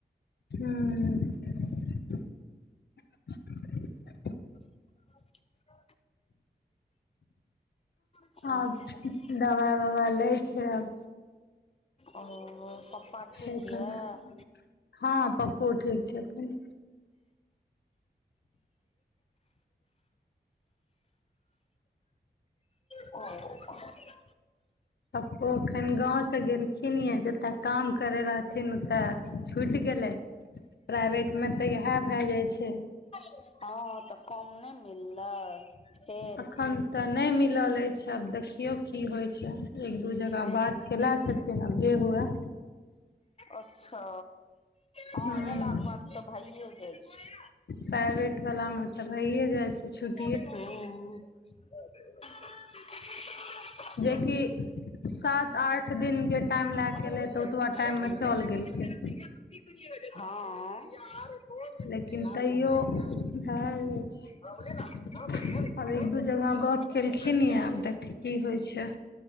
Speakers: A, on the left; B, on the left.
A: हँ
B: <inaudible> अच्छा
A: आ दवा वा लै छै आब
B: ओ पप्पा ठीक
A: छै
B: यऽ
A: कनि हँ पप्पो ठीक छथिन
B: <inaudible> हनक <unintelligible>
A: तो एखन गांव से गेल लखिन जतय काम करै रहथिन ओतऽ अथी छुटि गेलै प्राइवेटमे तऽ इएह भए जाइत छै
B: हँ तऽ कम नहि मिललै फेर
A: एखन तऽ ने मिलल अछि आब देखियौ की होइत छै एक दू जगह
B: ओ
A: बात केला छथिन आब जे हुए
B: अच्छा हँ
A: हूँ
B: अयलाके बाद तऽ भइए जाइ छै
A: प्राइवेट वलामे तऽ भइए जाइ छै छुट
B: हू
A: कि सात आठ दिनके टाइम लए
B: हाँ
A: क एलै
B: बोलिए।
A: तऽ ओतबा टाइम मे चल गेलखिन
B: <unintelligible> हँ मिनट
A: लेकिन
B: के यार
A: तैयो
B: बनाए
A: भए
B: यार
A: जाइ छै
B: बोले ना इतना बढ़िया रिटर्न
A: आब
B: हुआ
A: एक
B: तो
A: दू
B: मतलब
A: जगह
B: वही
A: गप
B: पता
A: केलखिन
B: चल रहा है
A: ये
B: यार
A: आब देख की होइ छै